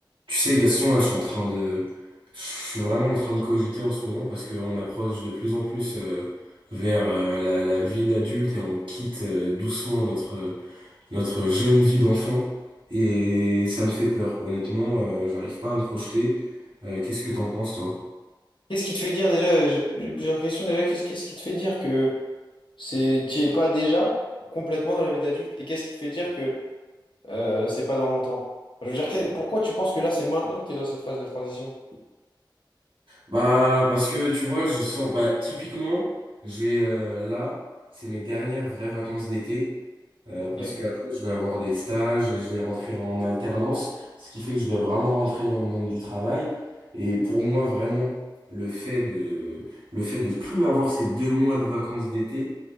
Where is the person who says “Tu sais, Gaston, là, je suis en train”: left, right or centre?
Right